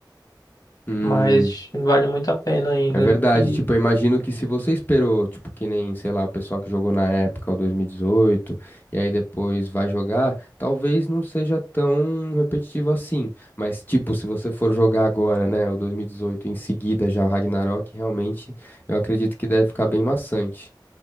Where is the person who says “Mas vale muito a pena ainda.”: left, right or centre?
Left